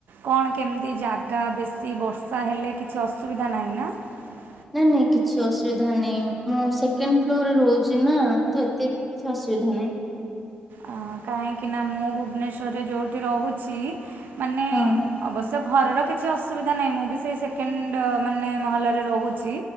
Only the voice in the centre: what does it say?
ନାଇଁ ନାଇଁ କିଛି ଅସୁବିଧା ନାଇଁ ମୁଁ ସେକେଣ୍ଡ ଫ୍ଲୋରରେ ରହୁଛି ନା ତ ଏତେ ବି କିଛି ଅସୁ ସୁବିଧା ନାହିଁ।
ହଁ